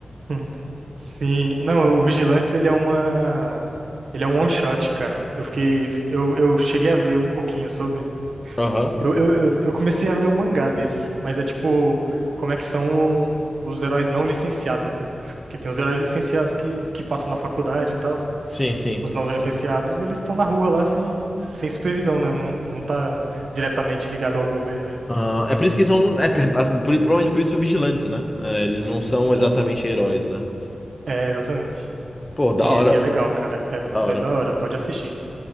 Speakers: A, on the right (about 75°); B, on the left (about 20°).
A: hum, sim, não, o Vigilantes, ele é uma, ele é um one-shot, cara, eu fiquei, eu, eu cheguei a ver um pouquinho sobre,
B: Aham.
A: Eu, eu, eu eu comecei a ler o mangá desse, mas é tipo, como é que são os heróis não licenciados, né? Porque tem os heróis licenciados que, que passam na faculdade e tal.
B: Sim, sim.
A: Os não licenciados, eles estão na rua lá sem, sem supervisão, né? Não, não tá diretamente ligado ao governo ali.
B: Ah, é por isso que são, é, por- provavelmente por isso vigilantes, né? É, eles não são
A: Sim,
B: exatamente heróis, né?
A: é, exatamente.
B: Pô, da
A: E,
B: hora.
A: e é legal, cara. É,
B: Da hora.
A: é da hora, pode assistir.